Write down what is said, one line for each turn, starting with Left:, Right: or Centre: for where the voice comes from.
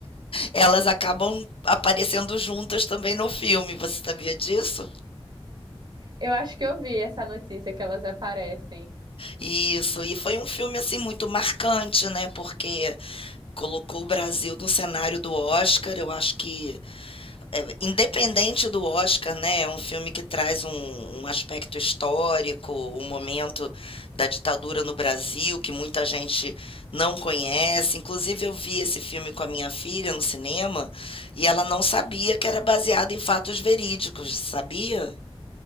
Left: elas acabam aparecendo juntas também no filme. Você sabia disso?
Right: Eu acho que eu vi essa notícia que elas aparecem.
Left: Isso. E foi um filme, assim, muito marcante, né? Porque colocou o Brasil no cenário do Oscar. Eu acho que é, independente do Oscar, né? É um filme que traz um, um aspecto histórico, um momento da ditadura no Brasil que muita gente não conhece. Inclusive, eu vi esse filme com a minha filha no cinema e ela não sabia que era baseado em fatos verídicos, sabia?